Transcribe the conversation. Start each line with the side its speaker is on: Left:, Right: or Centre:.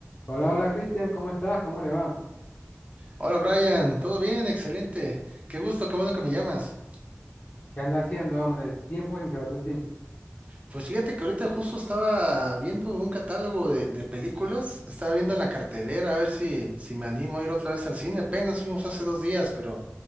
Left: Hola, hola Cristian, ¿cómo estás? ¿Cómo le va?
Right: Hola Brian, ¿todo bien? Excelente. Qué gusto, qué bueno que me llamas.
Left: ¿Qué anda haciendo, hombre? Tiempo sin saber de ti.
Right: Pues fíjate que ahorita justo estaba viendo un catálogo de, de películas, estaba viendo en la cartelera a ver si, si me animo a ir otra vez al cine. Apenas fuimos hace dos días, pero